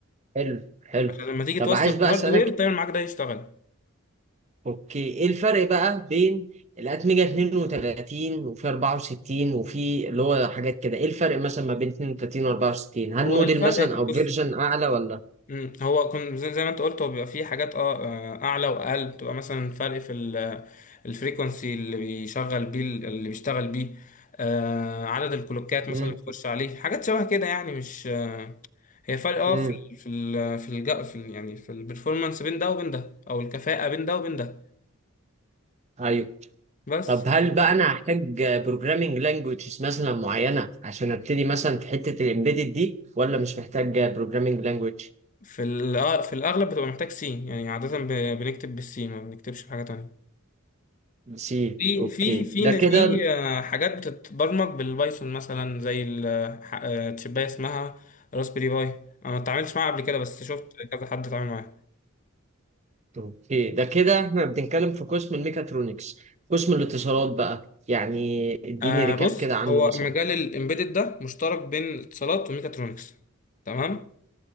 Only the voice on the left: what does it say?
عشان لما تيجي
توصل
الهاردوير
التايمر معاك ده يشتغل
هو
الفرق
إيه؟
بص
مم، هو كن زي, زي ما انت قلت هو بيبقى فيه حاجات اه آه، اعلى واقل بتبقى مثلا فرق في ال- الفريكونسي اللي بيشغل بيه اللي بيشتغل بيه آه عدد الكلوكات مثلا
اللي بتخش عليه حاجات شبه كده يعني مش آه، هي فرق اه
في ال في ال في, الج... في ال... يعني في البرفورمانس بين ده وبين ده او الكفاءة بين ده وبين ده
بس
في ال... آه، في الاغلب بتبقى محتاج سي يعني عادة ب... بنكتب بالسي ما بنكتبش بحاجة تانية
في
في في
في آه، حاجات بتتبرمج بالبايثون مثلا زي التشباية اسمها راسبيري باي انا ما اتعاملتش معاها قبل كده بس شفت كذا حد اتعامل معاها
آه
بص
هو
مجال الامبيدد ده مشترك بين اتصالات وميكاترونكس تمام